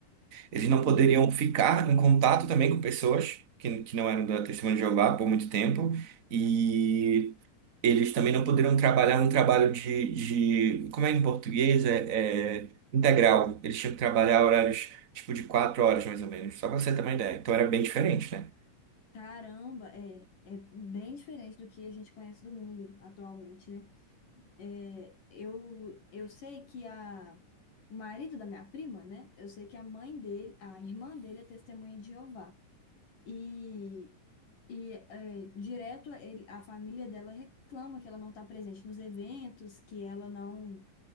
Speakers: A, on the right (about 50°); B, on the left (about 75°).
A: eles não poderiam
B: Uhum.
A: ficar em contato também com pessoas que, que não eram da Testemunha de Jeová por muito tempo. E eles também não poderiam trabalhar um trabalho de, de como é em português, é, é integral. Eles tinham que trabalhar horários tipo de quatro horas, mais ou menos, só para você ter uma ideia. Então era bem diferente, né?
B: Caramba, é, é bem diferente do que a gente conhece do mundo atualmente, né? É, eu, eu sei que a, o marido da minha prima, né? Eu sei que a mãe dele, a irmã dele é testemunha de Jeová. E, e é, direto ele- a família dela reclama que ela não está presente nos eventos, que ela não,